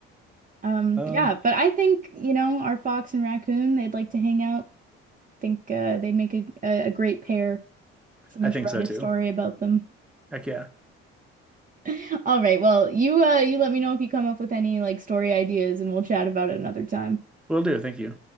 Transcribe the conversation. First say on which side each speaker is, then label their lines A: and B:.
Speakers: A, on the right (about 30°); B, in the centre.
A: Um,
B: Um,
A: yeah, but I think, you know, our fox and raccoon, they'd like to hang out. Think uh, they'd make a, a, a great pair. Someone
B: I think
A: should write
B: so
A: a
B: too.
A: story about them.
B: Heck yeah.
A: <laughs> All right, well, you uh you let me know if you come up with any like story ideas and we'll chat about it another time.
B: Will do. Thank you.